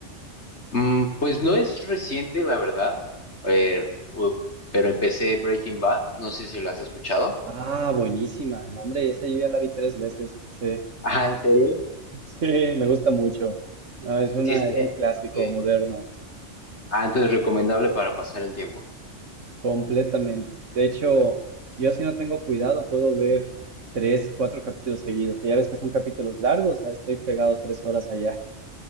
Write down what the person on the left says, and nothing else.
Mm, pues no es reciente, la verdad. Eh, u- pero empecé Breaking Bad. No sé si lo has escuchado.
Ah, ¿en serio?
Sí, es-
eh,
ok.
Ah, entonces recomendable para pasar el tiempo.